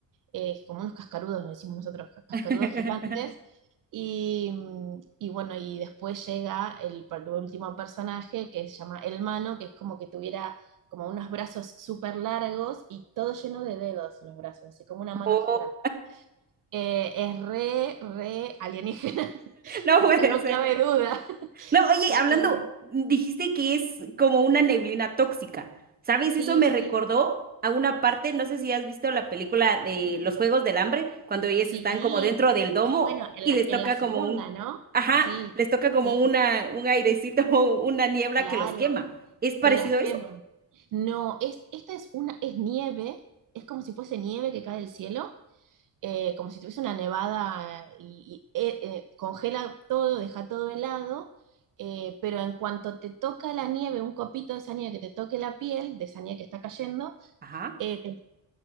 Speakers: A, on the right; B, on the right.
A: eh, como unos cascarudos, le decimos nosotros, ca- cascarudos
B: <laughs>
A: gigantes. Y, mm, y bueno, y después llega el, per- último personaje que se llama El Mano, que es como que tuviera como unos brazos súper largos y todo lleno de dedos los brazos, así como una mano
B: Oh,
A: gigante. Eh, es re, re alienígena, <laughs>
B: no
A: o
B: puede
A: sea, no
B: ser.
A: cabe duda. <laughs>
B: No, oye,
A: Y,
B: hablando,
A: y-
B: dijiste que es como una neblina tóxica. ¿Sabes?
A: sí,
B: Eso me
A: sí.
B: recordó a una parte, no sé si has visto la película de Los Juegos del Hambre, cuando ellas
A: Sí,
B: están como dentro del domo
A: bueno, en
B: y
A: la,
B: les
A: en
B: toca
A: la segunda,
B: como un,
A: ¿no?
B: ajá,
A: Sí,
B: les toca
A: sí,
B: como una, un airecito, <laughs> una niebla
A: claro,
B: que los quema. ¿Es parecido
A: que los queman.
B: a eso?
A: No, es, esta es una, es nieve, es como si fuese nieve que cae del cielo, eh, como si tuviese una nevada eh, y, y, eh, eh, congela todo, deja todo helado, eh, pero en cuanto te toca la nieve, un copito de esa nieve que te toque la piel, de esa nieve que está cayendo,
B: Ajá.
A: eh, te